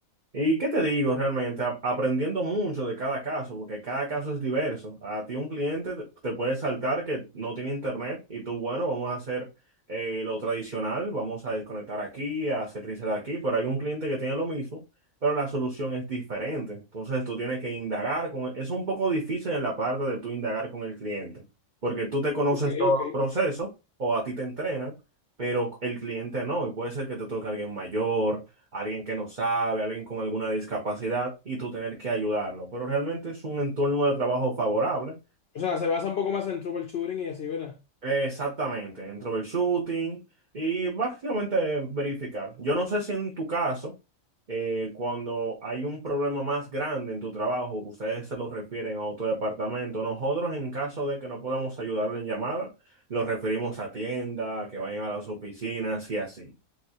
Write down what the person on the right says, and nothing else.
¿Y qué te digo realmente? A- Aprendiendo mucho de cada caso, porque cada caso es diverso. A ti un cliente te te puede saltar que no tiene internet y tú, bueno, vamos a hacer eh, lo tradicional, vamos a desconectar aquí, a hacer reset aquí, pero hay un cliente que tiene lo mismo, pero la solución es diferente. Entonces tú tienes que indagar con... Es un poco difícil en la parte de tú indagar con el cliente, porque tú te conoces
todos
los procesos o a ti te entrenan, pero el cliente no, y puede ser que te toque alguien mayor alguien que no sabe, alguien con alguna discapacidad y tú tener que ayudarlo. Pero realmente es un entorno de trabajo favorable.
Eh, Exactamente, dentro del shooting y básicamente verificar. Yo no sé si en tu caso, eh, cuando hay un problema más grande en tu trabajo, ustedes se lo refieren a otro departamento. Nosotros, en caso de que no podamos ayudarle en llamada, los referimos a tienda, que vayan a las oficinas y así.